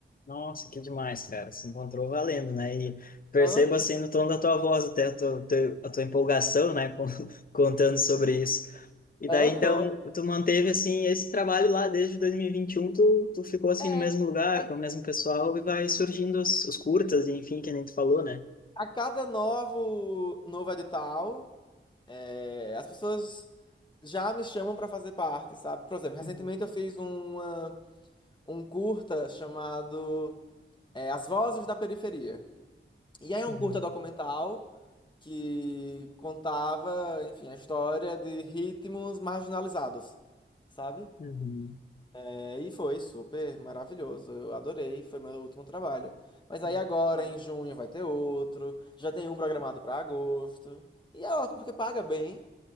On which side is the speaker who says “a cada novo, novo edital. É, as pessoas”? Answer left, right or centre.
Left